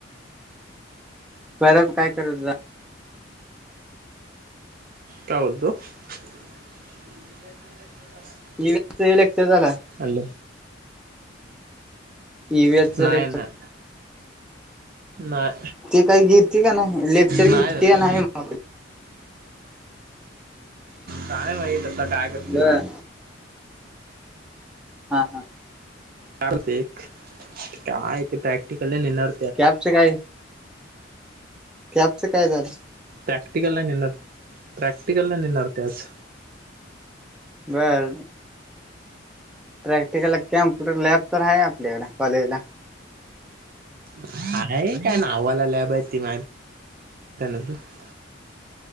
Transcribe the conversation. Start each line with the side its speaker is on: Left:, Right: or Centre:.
Centre: परवा तू काय करत होता?
Right: काय बोलतो? <unintelligible>
Centre: <unintelligible> लेक्चर झाला.
Right: हॅलो.
Centre: ईव्हीएस चा
Right: नाय.
Centre: लेक्चर
Right: नाय. नाय.
Centre: ते काही घेते का नाही लेक्चर
Right: नाय
Centre: घेते
Right: झालं.
Centre: का नाही मग
Right: काय माहित आता काय. करतोय
Centre: बर. हा हा.
Right: काय <unintelligible> काय ते प्रॅक्टिकल नाही लिहणार.
Centre: कॅपच काय? कॅपचं काय झालं?
Right: प्रॅक्टिकल नाही मिळत. प्रॅक्टिकलला नेणार होते आज.
Centre: बर. प्रॅक्टिकलला कॅम्प्युटर लॅब तर हाय आपल्याकडे कॉलेजला.
Right: <unintelligible> काय नावाला लॅब आहे ती <unintelligible>